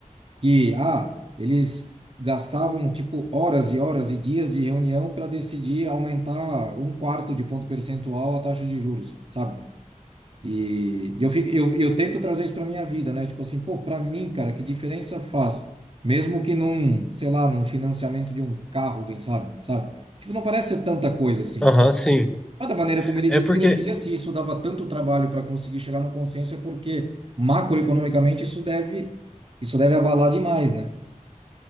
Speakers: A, on the right (about 45°); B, in the centre.
A: que, ah, eles gastavam tipo horas e horas e dias de reunião para decidir aumentar um quarto de ponto percentual a taxa de juros, sabe? E eu, fico, eu, eu tento trazer isso para minha vida, né? Tipo assim, pô, para mim, cara, que diferença faz? Mesmo que num, sei lá, num financiamento de um carro, quem sabe, sabe? Tipo, não parece ser tanta coisa assim.
B: Aham, sim.
A: Mas da maneira como ele
B: É
A: descrevia,
B: porque,
A: se isso dava tanto trabalho para conseguir chegar no consenso, é porque macroeconomicamente isso deve, isso deve abalar demais, né?